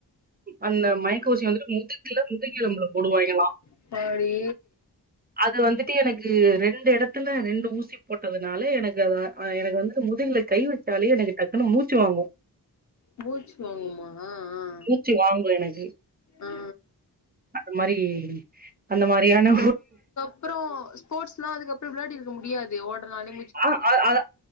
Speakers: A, on the right; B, on the left.
A: அந்த மயக்க ஊசி வந்துட்டு முதுகுல முதுகெலும்புல போடுவாய்ங்கலா
B: அம்மாடி
A: அது வந்துட்டு எனக்கு ரெண்டு எடத்துல ரெண்டு ஊசி போட்டதுனால எனக்கு அதா ஆ எனக்கு வந்து முதுகுல கை வச்சாலே எனக்கு டக்குன்னு மூச்சு வாங்கு
B: மூச்சு வாங்குமா ஆ
A: மூச்சு வாங்கு எனக்கு
B: ஆ ஆ
A: அந்த மாரி அந்த மாரியான
B: அப்பறோ ஸ்போர்ட்ஸ்லா அதுக்கப்றோ வெளயாடிருக்க முடியாதே ஓடனாலே
A: ஆ அ அ